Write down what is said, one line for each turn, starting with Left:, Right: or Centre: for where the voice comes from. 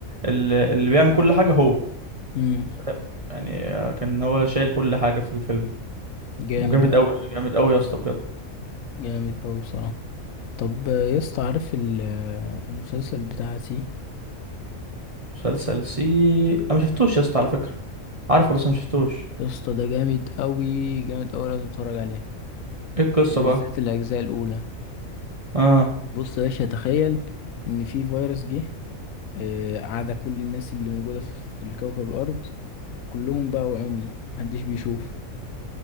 Right: ال- اللي بيعمل كل حاجه هو
Left: مم.
Right: فاهم؟ يعني كان هو شايل كل حاجه في الفيلم
Left: جامد
Right: وجامد
Left: أوي
Right: قوي جامد قوي يا اسطى بجد
Left: جامد أوي بصراحة طب يا اسطى عارف ال- المسلسل بتاع سي
Right: مسلسل سي انا ما شفتوش يا اسطى على فكره عارفه
Left: يا
Right: بس
Left: اسطى
Right: ما شفتوش
Left: يا اسطى ده جامد قوي جامد قوي لازم تتفرج عليه
Right: ايه القصه
Left: بالذات
Right: بقى
Left: الاجزاء الاولى
Right: اه
Left: بص يا باشا تخيل ان في فيروس جه آه، عاد كل الناس اللي موجوده في في الكوكب الارض كلهم بقوا عمي محدش بيشوف